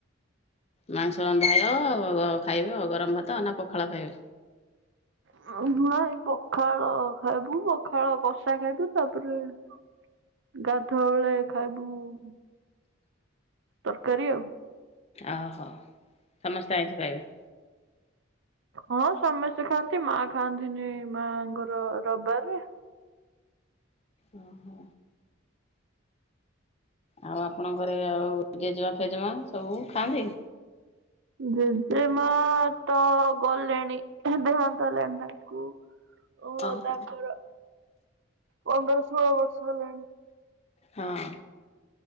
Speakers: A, on the left; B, on the right.
A: ମାଂସ ରନ୍ଧାୟ ବାବା ଖାଇବେ ଆ ଗରମ ଭାତ ନା ପଖାଳ ଖାଇବେ?
B: ହଁ ଏଇ ପଖାଳ ଖାଇବୁ ପଖାଳ କଷା ଖାଇବୁ ତାପରେ । ଗାଧୁଆ ବେଳେ ଖାଇବୁ । ତରକାରୀ ଆଉ।
A: ଓହୋ ସମସ୍ତେ ଆଇଁଷ ଖାଇବେ ।
B: ହଁ ସମସ୍ତେ ଖାଆନ୍ତି ମା ଖାନ୍ତିନି ମା ଙ୍କର ରବିବାରେ ।
A: ଅ ହ। ଆଉ ଆପଣଙ୍କ ଘରେ ଆଉ ଜେଜମା ଫେଜ ମା ସବୁ ଖାଆନ୍ତି।
B: ଜେଜେମା ତ ଗଲେଣି ଦେହାନ୍ତ ହେଲେଣି ତାଙ୍କୁ । ଓ
A: ଓହୋ
B: ତାଙ୍କର ପନ୍ଦର ଷୋହଳ ବର୍ଷ ହେଲାଣି।
A: ହଁ।